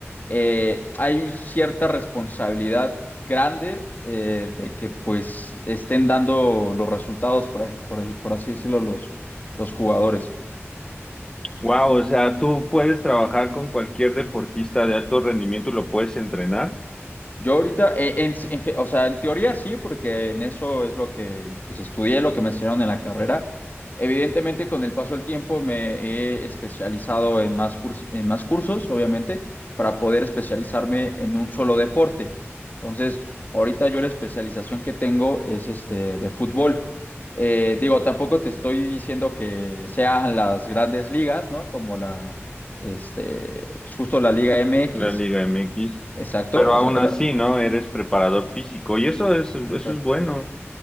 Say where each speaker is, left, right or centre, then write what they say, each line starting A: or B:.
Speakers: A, on the left; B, on the left.
A: eh, hay cierta responsabilidad grande eh, de que pues estén dando los resultados, por, a- por, por así decirlo, los, los jugadores.
B: Wow, o sea, tú puedes trabajar con cualquier deportista de alto rendimiento y lo puedes entrenar,
A: Yo ahorita, eh, en, en ge- o sea, en teoría sí, porque en eso es lo que pues, estudié, lo que me enseñaron en la carrera. Evidentemente, con el paso del tiempo me he especializado en más, curs- en más cursos, obviamente, para poder especializarme en un solo deporte. Entonces, ahorita yo la especialización que tengo es este de fútbol. Eh, digo, tampoco te estoy diciendo que sean las grandes ligas, ¿no? Como la, este, pues justo la Liga MX,
B: la Liga MX,
A: exacto,
B: pero
A: o
B: aún
A: sea, tra-
B: así, ¿no? Eres preparador físico y eso es, eso
A: exacto.
B: es bueno,